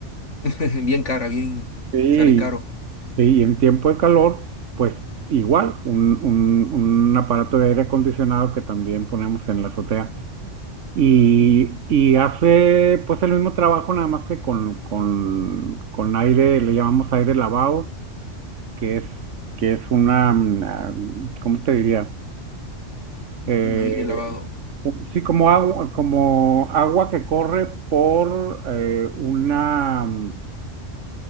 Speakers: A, on the left; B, on the right.
A: <laughs> bien cara, bien,
B: Sí,
A: salen caro,
B: sí, y en tiempo de calor, pues igual, un, un, un aparato de aire acondicionado que también ponemos en la azotea. Y, y hace pues el mismo trabajo, nada más que con, con, con aire, le llamamos aire lavado, que es, que es una, mm, ah, ¿cómo te diría? Eh,
A: un aire lavado.
B: sí, como agua, como agua que corre por eh, una, mm,